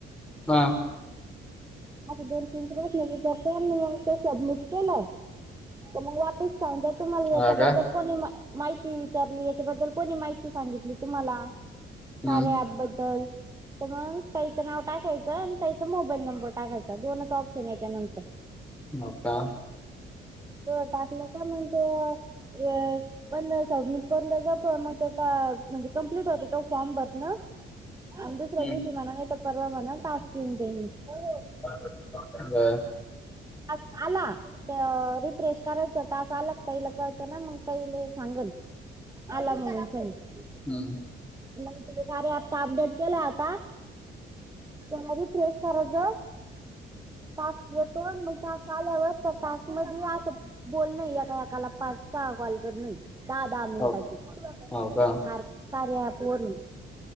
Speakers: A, in the centre; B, on the right.
A: हां आ
B: आस दोन - तीन प्रश्न विचारत्यात. अन् मग ते सबमिट केलं, तर मग वापिस समजा, तुम्हाला
A: हा
B: याच्याबद्दल
A: का
B: कोणी? मा-माहिती वि विचारली. याच्याबद्दल कोणी माहिती सांगितली, तुम्हाला?
A: हम्म
B: कार्या ॲपबद्दल. तर, मंग ताईचं नाव टाकायचं. अन् ताईचं मोबाईल नंबर टाकायचा. दोनच ऑप्शन येत्या नंतर.
A: हो, का?
B: तर टाकलं का? मग ते, ए पण सबमिट <unintelligible> टा म्हणजे कंप्लीट होतो तो. फॉर्म. <unintelligible> अन् दुसऱ्या
A: हम्म
B: दिवशी म्हणा. नाहीतर परवा म्हना. टास्क येऊन जाईन. हो, हो.
A: <unintelligible> बर.
B: टास्क आला तर रिफ्रेश करायचं. टास आला ताईला कळत ना. मंग ताईले सांगल. आला म्हणून <inaudible>
A: हम्.
B: मग ते, कार्या ॲप अपडेट केलं. आता पुन्हा रिफ्रेश करायचं. तास येतो. तास आल्यावर, त्या तास मधी असं बोलनय. एका- एकाला, पाच- सहा कॉल करनय. दहा - दहा मिनिटाची.
A: हो
B: त्या
A: हो का
B: कार- कार्या ॲपवरून.